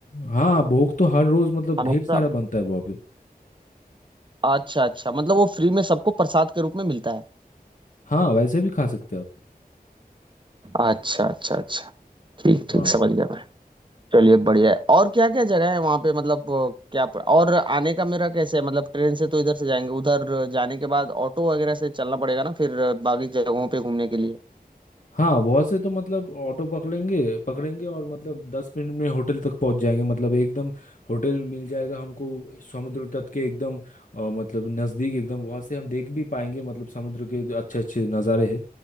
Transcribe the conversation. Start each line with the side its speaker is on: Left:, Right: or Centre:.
Left: हाँ भोग तो हर रोज मतलब
Right: हमेशा
Left: ढेर सारा बनता है वहाँ पे
Right: अच्छा अच्छा मतलब वो फ्री में सबको प्रसाद के रूप में मिलता है
Left: हाँ वैसे भी खा सकते हैं आप
Right: अच्छा अच्छा अच्छा ठीक ठीक
Left: हाँ
Right: समझ गया मैं चलिए बढ़िया है और क्या क्या जगह है वहाँ पे मतलब अ, क्या प- और आने का मेरा कैसे है मतलब ट्रेन से तो इधर से जाएंगे उधर जाने के बाद ऑटो वगैरह से चलना पड़ेगा ना फिर अ, बाकी जगहों पे घूमने के लिए
Left: हाँ वहाँ से तो मतलब ऑटो पकड़ेंगे पकड़ेंगे और मतलब दस मिनट में होटल तक पहुँच जाएंगे मतलब एकदम होटल मिल जाएगा हमको समुद्र तट के एकदम अ, मतलब नज़दीक एकदम वहाँ से हम देख भी पाएंगे मतलब समुद्र के अच्छे अच्छे नज़ारे हैं